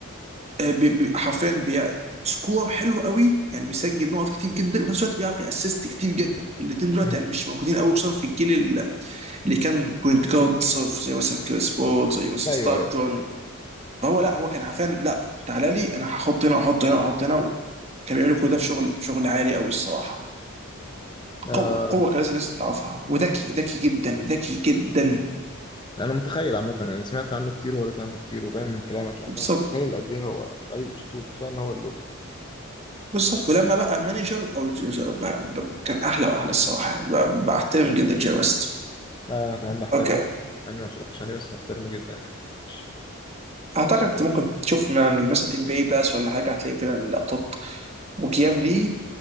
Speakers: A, on the right; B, on the left.
A: آه، بي- بي- حرفيا بي- سكور حلو قوي يعني بيسجل نقط كتير جدا وفي نفس الوقت بيعرف يأسست كتير جدا الاثنين دلوقتي
B: مم.
A: يعني مش موجودين قوي خصوصا في الجيل ال- اللي كان بوينت جارد صرف زي مثلا كريس بول زي مثلا
B: ايوه
A: ستاكتون
B: ايوه صح
A: فهو لا هو كان حرفيا لا تعالى لي انا هحط هنا واحط هنا واحط هنا وكان بيعملوا كل ده في شغل شغل عالي قوي الصراحه
B: آه
A: قوة قوة كان لازم الناس تعرفها وذكي ذكي جدا ذكي جدا
B: انا متخيل عامه يعني سمعت عنه كتير وقريت عنه كتير وباين من كلامك يعني
A: بالظبط
B: هو متخيل قد ايه هو اي اسطوري كفايه ان هو اللوجو
A: بالظبط ولما بقى مانجر او ج- ج- ب- ب- كان احلى واحلى الصراحة يعني ب- بعتبر جدا جاي ويست
B: آه كمان بحترمه
A: اوكي
B: بس انا ما اتفرجتش عليه بس بحترمه جدا يعني ماشي.
A: اعتقد انت ممكن تشوف من مثلا ام بي باس ولا حاجة هتلاقي فعلا لقطات وكيام ليه